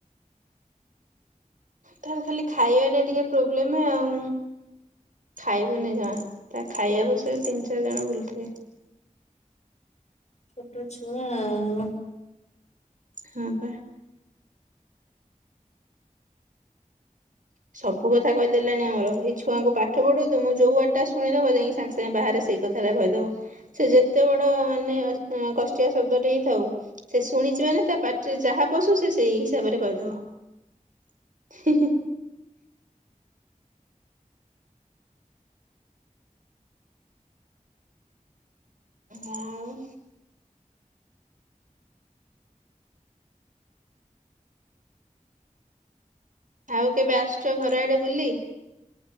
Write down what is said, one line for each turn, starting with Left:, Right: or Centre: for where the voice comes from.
Right: ତାର ଖାଲି ଖାଇବାଟା ଟିକେ ପ୍ରୋବ୍ଲେମେ ଆଉ। ଖାଇବନେଇ ଜମା ତା ଖାଇବା ପଛରେ ତିନି ଚାରି ଜଣ ବୁଲଥୁବେ।
Left: ଛୋଟ ଛୁଆ ଆଉ।
Right: ହଁ ପା। ସବୁ କଥା କହିଦେଲାଣି ଆମର ଏଇ ଛୁଆଙ୍କୁ ପାଠ ପଢ଼ଉତୁମୁ ଯୋଉ ୱାଡ଼ଟା ଶୁଣିିଦବ ଯାଇଁକି ସାଙ୍ଗେ ସାଙ୍ଗେ ବାହାରେ ସେଇ କଥାଟା କହିଦବ ସେ ଯେତେ ବଡ଼ ମାନେ ଅ କଷ୍ଟିଆ ଶବ୍ଦଟେ ହେଇଥାଉ। ସେ ଶୁଣିଚି ମାନେ ତା ପାଟିରେ ଯାହା ପଶୁ ସେ ସେଇ ହିସାବରେ କହିଦବ। <unintelligible> ହଁ ଆଉ ଆଉ କେବେ ଆସୁଚ ଘର ଆଡ଼େ ବୁଲି?